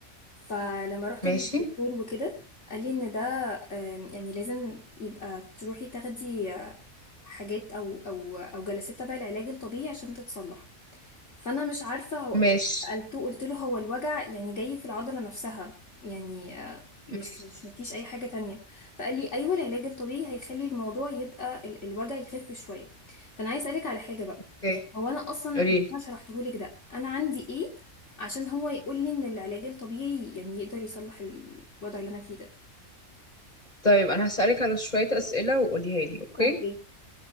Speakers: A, on the left (about 55°); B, on the left (about 30°).
A: فلما رحت
B: ماشي
A: للدكتور وكده قال لي ان ده آم، يعني لازم يبقى تروحي تاخدي آه، حاجات او او او جلسات تبع العلاج الطبيعي عشان تتصلح فانا مش عارفه هو
B: ماشي
A: سالته قلت له هو الوجع يعني جاي في العضله نفسها يعني آه،
B: ماشي
A: مش مش مفيش اي حاجه تانية فقال لي ايوه العلاج الطبيعي هيخلي الموضوع يبقى ال- الوجع يخف شويه فانا عايز اسالك على حاجه بقى
B: اوكي
A: يعني هو انا اصلا
B: قوليلي
A: انا شرحته لك ده انا عندي ايه عشان هو يقول لي ان العلاج الطبيعي يعني يقدر يصلح الوضع اللي انا فيه ده
B: طيب انا هسألك على شوية اسئلة وقوليها لي اوكي
A: اوكي